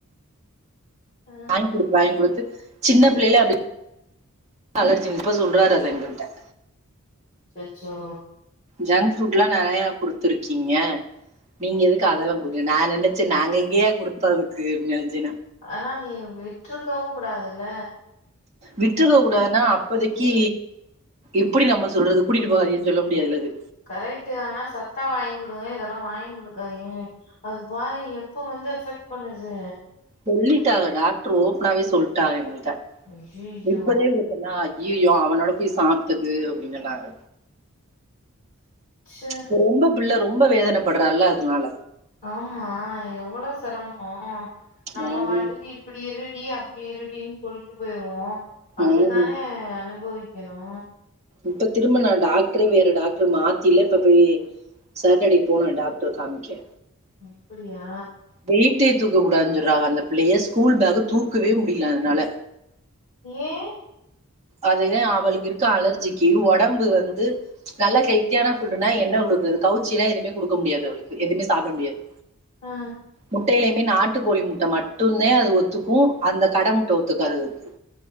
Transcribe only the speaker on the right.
வாய்ங் குடுத்து வாய்ங் குடுத்து சின்ன பிள்ளைல அப்படி <inaudible> அலர்ஜி இப்ப சொல்றாரு அத எங்கள்ட்ட
ஜங்க் ஃபுட்லா நெறையா குடுத்துருக்கீங்க நீங்க எதுக்கு அதல்லா குடுத்தீங்க நா நெனச்சே நாங்க எங்கயா குடுத்த அதுக்குன் நெனச்ச நா
விட்ருக்க கூடாதுன்னா அப்போதைக்கி எப்படி நம்ப சொல்றது கூட்டிட்டு போகாதீங்கன் சொல்ல முடியாதுல இது
சொல்லிட்டாங்க டாக்ட்ரு ஓப்பனாவே சொல்ட்டாங்க எங்கள்ட்ட
இப்பவே எப் பின்னா ஐய்யிய்யோ அவனோட போய் சாப்ட்டுது அப்டின் சொன்னாங்க
இப்ப ரொம்ப புள்ள ரொம்ப வேதனைப்பட்றால்ல அதனால
உம்,
உம்.
இப்ப திரும்ப நா டாக்டரே வேற டாக்டர் மாத்தில இப்ப போயி சாட்டர்டே போனே டாக்டரு காமிக்க
வெயிட்டே தூக்க கூடாதுன் சொல்றாக அந்த பிள்ளைய ஸ்கூல் பேக் தூக்கவே முடியலயா அதுனால
அதுதா அவளுக்கு இருக்க அலர்ஜிக்கு ஒடம்பு வந்து நல்ல ஹெல்தியான ஃபுட்டுன்னா என்ன குடுக்கறது கவுச்சில்லா எதுவுமே குடுக்க முடியாது அவளுக்கு எதுவுமே சாப்ட முடியாது
முட்டையிலையுமே நாட்டு கோழி முட்ட மட்டுதே அது ஒத்துக்கு அந்த கட முட்ட ஒத்துக்காது அதுக்கு